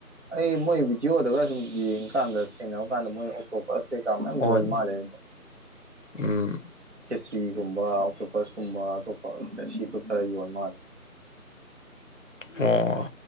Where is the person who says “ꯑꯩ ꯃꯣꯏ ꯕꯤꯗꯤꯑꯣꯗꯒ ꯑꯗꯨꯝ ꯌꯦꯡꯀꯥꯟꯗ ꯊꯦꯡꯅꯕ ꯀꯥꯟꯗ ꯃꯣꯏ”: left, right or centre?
Right